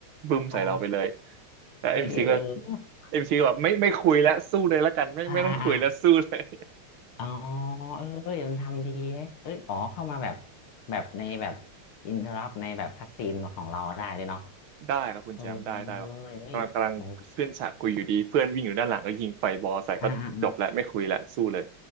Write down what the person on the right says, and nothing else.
บึ้มใส่เราไปเลย
แต่เอ็มซีก็
เอ็มซีแบบไม่ไม่คุยแล้วสู้เลยละกันไม่ไม่ต้องคุยแล้วสู้เลย
ได้ครับคุณแชมป์ได้ได้ครับกำลังกำลังขึ้นฉากคุยอยู่ดีเพื่อนวิ่งอยู่ด้านหลังก็ยิงไฟบอลใส่ก็จบแล้วไม่คุยแล้วสู้เลย